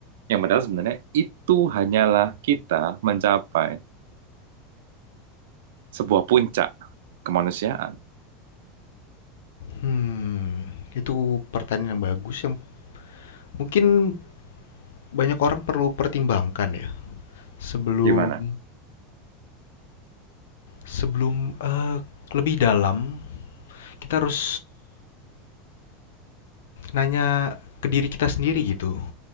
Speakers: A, on the right; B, on the left.
A: Yang padahal sebenarnya itu hanyalah kita mencapai sebuah puncak kemanusiaan.
B: Hmm, itu pertanyaan yang bagus yang mungkin banyak orang perlu pertimbangkan ya sebelum
A: Gimana?
B: sebelum eh, lebih dalam kita harus nanya ke diri kita sendiri gitu.